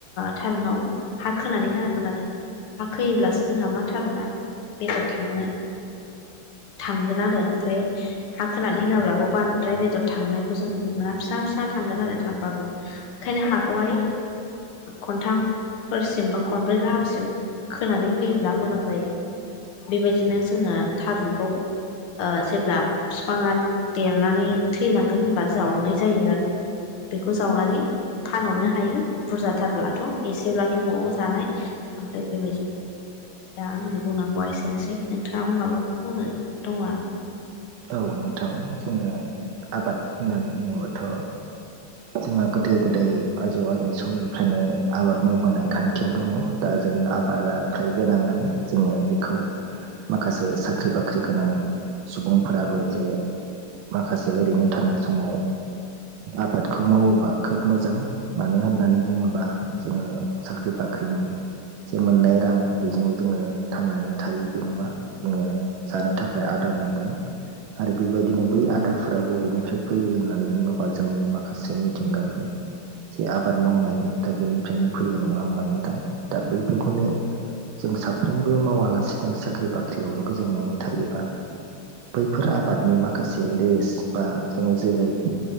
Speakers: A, on the left; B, on the right.
A: थारुनाव हा खोनानै होनांगोन आरो हा खोैयोब्लासो जोंहा मा थारुना बेदर थांनो थांगोन आरो ओमफ्राय हा खोनानै होआब्लाबो बांद्राय बेदर थांनायखौ जों नुनो मोना फिसा फिसा थांगोन आरो थांबाबो ओंखायनो हाखौहाय खनथामफोरसिम बा खनब्रै गाहामसिम खोनानै होयोब्ला मोजां जायो बेबायदिनो जोङो थारुनखौ जेब्ला बिफाङा देरनानै थैलांगोन होनबा जावनाय
B: औ
A: जायो आरो बेखौ जावनानै फानहरनो हायो बुरजाथारब्लाथ' एसेब्लाथ' न'आव जानाय ओमफ्राय बेबायदिनो दा आंनि बुंनांगौआ एसेनोसै नोंथाङाबो माबा बुंनो दङ आरो
B: औ नोंथां जोङो आबाद होननानै बुङोबाथ' जोंहा गोदो गोदाय आजौ आजै समनिफ्रायनो आबाद मावबोनाय खान्थिया दंङ दा जोङो आबादा खाइ गोनांनानै जोङो माखासे साख्रि बाख्रि गोनां सुबुं फोराबो जे माखासे ओरैनो थानाय समाव आबादखौ मावोबा खोब मोजां मानो होननानै बुङोबा जोङो साख्रि बाख्रिनि जे मोननाय रां बेजों जोङो थांनानै थायो बे नङा जोङो जानो थाखाय आदार नांगोन आरो बेबायदिनो बै आदारफोरा बबेनिफ्राय फैयो होननानै बुङोबा जोंनि माखासे मिथिंगानि जे आबाद मावनाय दा बेनिफ्रायनो फैयो नङा होमबा नोंथां दा बैफोरखौनो जों साफ्रोमबो मावालासे जों साख्रि बाख्रियावल' गोजोमनानै थायोबा बैफोर आबादनि माखासे रेस बा जों जोलै